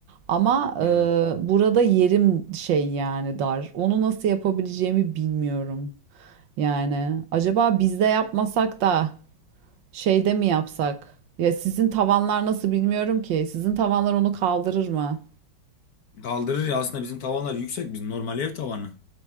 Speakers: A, on the right; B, on the left.
A: Ama e,
B: evet.
A: burada yerim şey yani dar. Onu nasıl yapabileceğimi bilmiyorum. Yani acaba bizde yapmasak da şeyde mi yapsak? Ya sizin tavanlar nasıl bilmiyorum ki. Sizin tavanlar onu kaldırır mı?
B: Kaldırır ya aslında bizim tavanlar yüksek. Bizim normal ev tavanı.